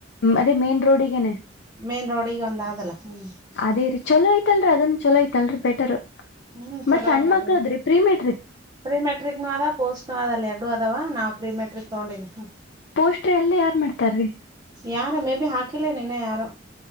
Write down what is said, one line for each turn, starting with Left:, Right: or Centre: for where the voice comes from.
Left: ಅದೇ ಮೇನ್ ರೋಡ್ಗನೆ
Right: ಮೇನ್ ರೋಡಿಗೆ ಒಂದ್ ಆದಲ್ಲ ಹ್ಮ್
Left: ಅದೇ ರೀ ಚಲೋ ಆಯ್ತ ಲ್ರ ಅದನ್ನ ಚಲ ಐತ್ಲ್ರೀ ಬೆಟರ್
Right: ಹ್ಮ್ ಚಲೋ
Left: ಬಟ್ ಸಣ್ಣ
Right: ಅದ ಅಲ್ಲಿ
Left: ಮಕ್ಳದ್ರೀ ಪ್ರೀಮಿಯ
Right: ಪ್ರೀ ಮೆಟ್ರಿಕ್ನು ಅದ ಪೋಸ್ಟ್ನು ಅದ ಅಲ್ಲಿ ಎರಡು ಅದಾವ ನಾವು ಪ್ರೀ ಮೆಟ್ರಿಕ್ ತಗೊಂಡೀನಿ
Left: ಪೋಸ್ಟ್ರು ಎಲ್ಲಿ ಯಾರ್ ಮಾಡ್ತಾರ್ರಿ
Right: ಯಾರು ಮೇ ಬಿ ಹಾಕಿಲ್ಲ ಇನ ಯಾರು